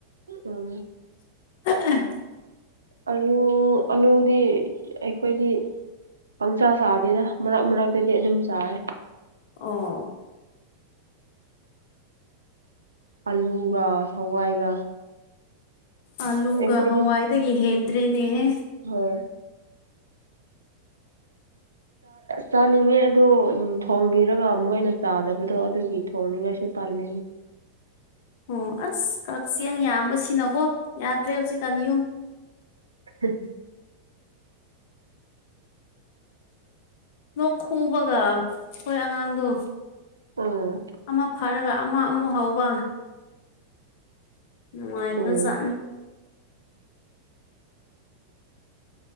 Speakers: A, on the right (about 75°); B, on the left (about 50°).
A: ꯎꯝ
B: ꯑ
A: ꯑꯂꯨ ꯑꯂꯨꯗꯤ ꯑꯩꯈꯣꯏꯗꯤ ꯄꯪꯆꯥ ꯆꯥꯗꯦꯅ ꯃꯔꯛ ꯃꯔꯛꯇꯗꯤ ꯑꯗꯨꯝ ꯆꯥꯏꯥꯏ
B: ꯑꯣ
A: ꯑꯂꯨꯒ ꯍꯋꯥꯏꯒ
B: ꯑꯥꯂꯨꯒ
A: ꯑꯩꯈꯣꯏꯗꯤ
B: ꯍꯋꯥꯏꯗꯒꯤ ꯍꯦꯟꯗ꯭ꯔꯦꯅꯦꯍꯦ
A: ꯍꯣꯏ ꯆꯥꯅꯤꯡꯉꯦ ꯑꯣ ꯊꯣꯡꯕꯤꯔꯒ ꯃꯣꯏꯅ ꯆꯥꯗꯕꯗꯣ ꯑꯗꯨꯒꯤ ꯊꯣꯡꯅꯤꯡꯉꯥꯏꯁꯨ ꯄꯥꯂꯅꯤ
B: ꯑꯣ ꯑꯁ ꯀꯛꯆꯦꯡ ꯌꯥꯝꯕꯁꯤꯅꯀꯣ ꯌꯥꯗ꯭ꯔꯦ ꯍꯧꯖꯤꯛꯀꯥꯟ ꯌꯨꯝ
A: ꯎ
B: ꯂꯣꯛ ꯈꯨꯕꯒ ꯑꯩꯈꯣꯏ ꯑꯉꯥꯡꯗꯣ
A: ꯎꯝ
B: ꯑꯃ ꯐꯔꯒ ꯑꯃ ꯑꯃꯨꯛ ꯍꯧꯕ ꯅꯨꯡꯉꯥꯏ
A: ꯑꯣ
B: ꯈꯖꯥꯅꯤ